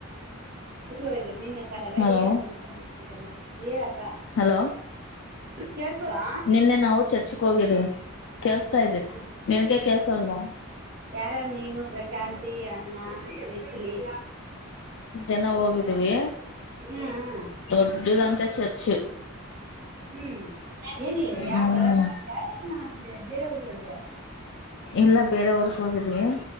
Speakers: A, on the right; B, on the left.
A: ಶುಚಿ ಹ್ದ ನಿನ್ನೆ ಸಡೆಲ್ಲ
B: ಹಲೋ
A: ಏನು ಮೊಸತಲ್ಲ ಹೇಳಕ್ಕ <unintelligible>
B: ಹಲೋ
A: ಕೇಳ್ಸೋದಾ
B: ನಿನ್ನೆ ನಾವು ಚಾರ್ಚಕ್ ಹೋಗಿದ್ವಿ ಕೆಲ್ಸ್ತಾ
A: ಹೌದಾ
B: ಇದೇ ನಿನ್ಗೆ ಕೆಲ್ಸ ಅಲ್ವಾ?
A: ಯಾರಾರ್ ನೀನು, ಪ್ರಶಾಂತಿ, ಅಣ್ಣ, ವಿಸಿಲಿ,
B: ಎಲ್ಲ ಹೋಗಿದೀವಿ
A: ಹ್ಮ್ ಹ
B: ದೊಡ್ಡದಂತ ಚರ್ಚ್
A: ಹ್ಮ್ ಎನ್ ಯಾ
B: ಹ್ಮ್
A: ಬಡತ್ ಚರ್ಚ ಏನ ಬೇರೆವ್ರ ಬಿೇಡ್ರೆ <unintelligible>
B: ಇಲ್ಲ ಬೇರೆವರ್ಗೆ ಹೋಗಿದ್ವಿ